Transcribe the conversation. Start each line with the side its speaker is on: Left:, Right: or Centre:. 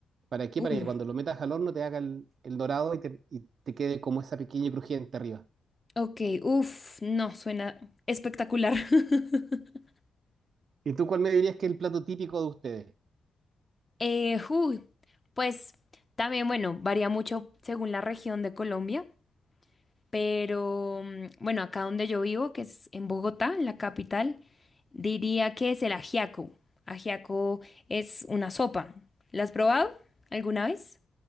Right: ¿Para qué?
Left: Uf.
Right: Para que cuando lo metas al horno te haga el, el dorado y te, y te quede como esa pequeña y crujiente arriba.
Left: Ok, uf, no, suena espectacular. <laughs>
Right: ¿Y tú cuál me dirías que es el plato típico de ustedes?
Left: Eh, uy, pues también, bueno, varía mucho según la región de Colombia. Pero mm, bueno, acá donde yo vivo, que es en Bogotá, en la capital, diría que es el ajiaco. Ajiaco es una sopa. ¿La has probado alguna vez?